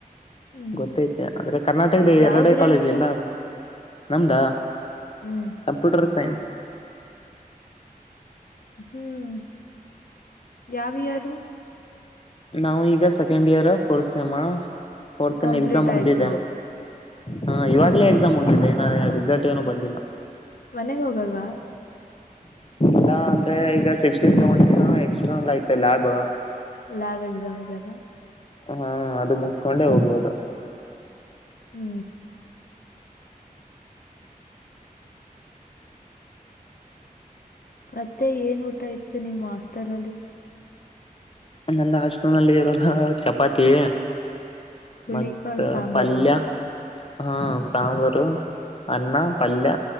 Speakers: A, on the left; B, on the left.
A: ಹ್ಮ್
B: ಗೊತ್ತೈತೆ ಆದ್ರೆ ಕರ್ನಾಟಕದ
A: ಯಾವ
B: ಎರಡೇ
A: ಬ್ರಾಂಚ್
B: ಕಾಲೇಜ್ ಎಲ್ಲ ಅದ್ರ ನಮ್ದಾ
A: ಹ್ಮ್
B: ಕಂಪ್ಯೂಟರ್ ಸೈನ್ಸ್
A: ಹ್ಮ ಯಾವ ಇಯರ್
B: ನಾವು ಈಗ second year fourth sem fourth sem
A: complete
B: exam ಮುಗ್ದಿದ.
A: ಆಯ್ತು
B: ಹಾ ಇವಾಗಲೇ ಎಕ್ಸಾಮ್ ಮುಗದಿದೆ ಏನ ರಿಸಲ್ಟ್ ಏನು ಬಂದಿಲ್ಲ.
A: ಮನೆಗ ಹೋಗಲ್ವಾ.
B: ಇಲ್ಲ ಅಂದ್ರೆ ಈಗ ಸಿಕ್ಸ್ಟೀನ್ ತುಗೊಂಡಿನೂ ಎಕ್ಸ್ಟ್ರಲ್ ಐತೆ ಲ್ಯಾಬ್
A: ಲ್ಯಾಬ್ ಎಕ್ಸಾಮ ಇದೆಲ್ಲ
B: ಹ್ಮ ಅದು ಮುಗಸ್ಕೊಂಡೆ ಹೋಗ್ಬೋದು.
A: ಹ್ಮ ಮತ್ತೆ ಏನ್ ಊಟ ಇತ್ತು ನಿಮ್ಮ ಹಾಸ್ಟೆಲ್ ಅಲ್ಲಿ
B: ನಂದ ಹಾಸ್ಟೋಲ್ನಲ್ಲಿ ಇರೋದ ಚಪಾತಿ
A: ಹುಳಿಕಾಳು
B: ಮತ್ತ
A: ಸಾಂಬಾರು
B: ಪಲ್ಯ ಹಾ ಸಾಂಬಾರು ಅನ್ನ ಪಲ್ಯ